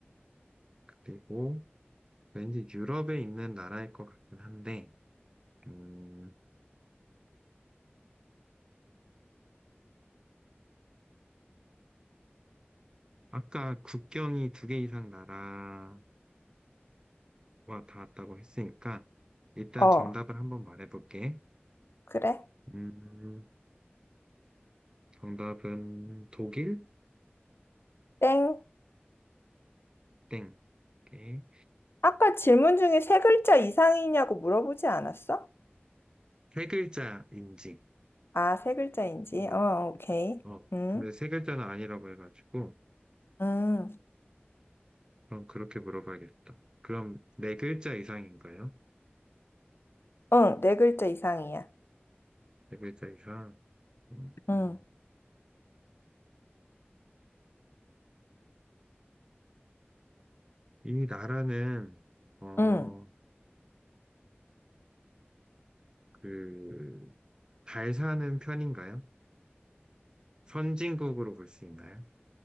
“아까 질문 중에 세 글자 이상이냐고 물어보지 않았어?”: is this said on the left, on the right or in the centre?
Left